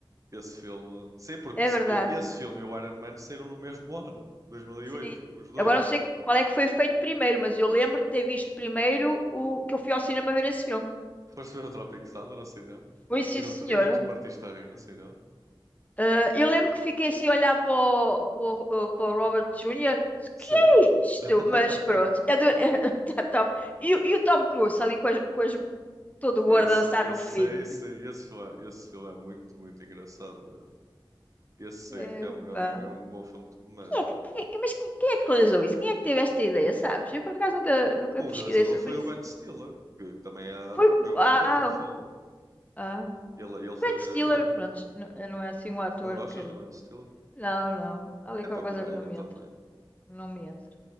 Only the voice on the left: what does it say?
É
verdade.
Sim.
Agora não sei qual é que foi feito primeiro, mas eu lembro de ter visto primeiro o que eu fui ao cinema ver esse filme.
Foi sim,
senhora.
Ah, eu lembro que fiquei assim a olhar para o, para o- ah, para o Robert Jr.
Que é isto?
Mas pronto, é do... <laughs> tá top. E, o e o Tom Cruise ali com as, com as- todo gordo
a dançar
no fim.
Epá.
Quem é que, quem é que- mas quem, quem é que realizou isso? Quem é que teve esta ideia, sabes? Eu por acaso nunca, nunca
pesquisei
sobre
isso.
Foi.
Ah,
ah.
Ben
Stiller, pronto, n- não é assim um ator
que.
Não, não. Há ali
qualquer
coisa que não me
entra. Não me entra.